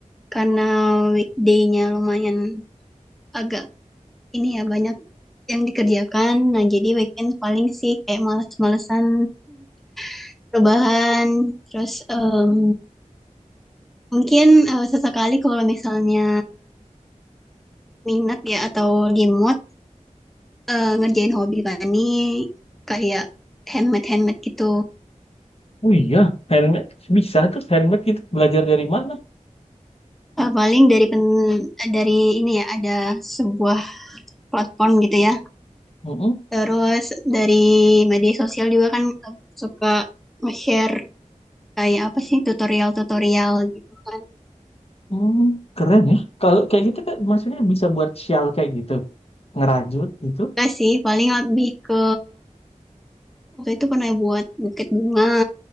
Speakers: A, in the centre; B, on the left (about 50°).
A: karena weekday-nya lumayan agak ini ya banyak yang dikerjakan. Nah jadi weekend paling sih kayak males-malesan <laughs> rebahan. Terus em, mungkin eh, sesekali kalau misalnya minat ya atau di mood eh, ngerjain hobi Fani kayak handmade handmade gitu.
B: Oh iya, handmade bisa tuh handmade gitu belajar dari mana?
A: Eh, paling dari pen, dari ini ya ada sebuah platform gitu ya.
B: Mm-mm.
A: Terus dari media sosial juga kan eh, suka nge-share kayak apa sih tutorial-tutorial gitu kan.
B: Hmm, keren ya. Kalau kayak gitu kan maksudnya bisa buat shawl kayak gitu, ngerajut gitu.
A: Enggak sih, paling lebih ke waktu itu pernah buat buket bunga,